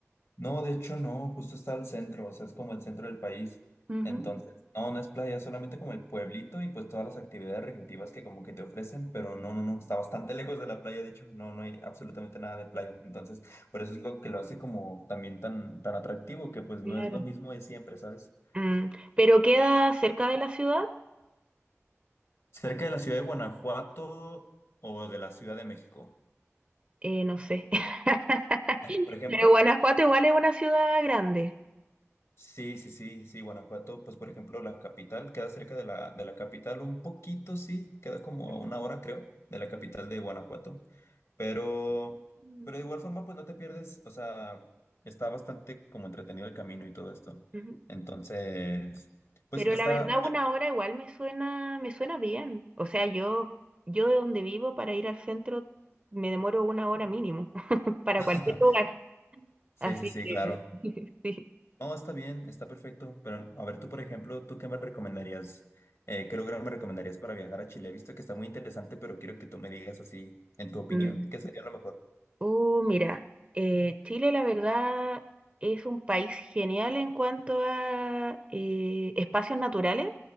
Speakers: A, on the left (about 75°); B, on the right (about 25°).
A: No, de hecho no, justo está al centro, o sea, es como el centro del país.
B: Ujú.
A: Entonces, no, no es playa, es solamente como el pueblito y pues todas las actividades recreativas que como que te ofrecen, pero no, no, no, está bastante <laughs> lejos de la playa, de hecho, no, no hay absolutamente nada de playa. Entonces, por eso es lo que lo hace como también tan, tan atractivo, que pues
B: Claro.
A: no es lo mismo de siempre, ¿sabes?
B: Mm, pero queda cerca de la ciudad,
A: Cerca de la ciudad de Guanajuato o de la Ciudad de México.
B: Eh, no sé. <laughs>
A: Por ejemplo,
B: Pero Guanajuato igual es una ciudad grande.
A: Sí, sí, sí, sí, Guanajuato, pues por ejemplo, la capital queda cerca de la, de la capital, un poquito, sí, queda como
B: Ujú.
A: a una hora, creo, de la capital de Guanajuato, pero,
B: Mm,
A: pero de igual forma, pues no te pierdes, o sea, está bastante como entretenido el camino y todo esto.
B: ujú.
A: Entonces, pues
B: Pero
A: está,
B: la verdad una hora igual me suena, me suena bien. O sea, yo, yo de donde vivo para ir al centro me demoro una hora mínimo <laughs> para
A: <laughs>
B: cualquier lugar.
A: sí,
B: Así
A: sí, sí,
B: que,
A: claro.
B: <laughs> sí.
A: No, está bien, está perfecto. Pero a ver, tú, por ejemplo, ¿tú qué me recomendarías? Eh, ¿qué lugar me recomendarías para viajar a Chile? He visto que está muy interesante, pero quiero que tú me digas así, en tu opinión,
B: Mm.
A: ¿qué sería lo mejor?
B: Uh, mira, eh, Chile la verdad es un país genial en cuanto a eh, espacios naturales,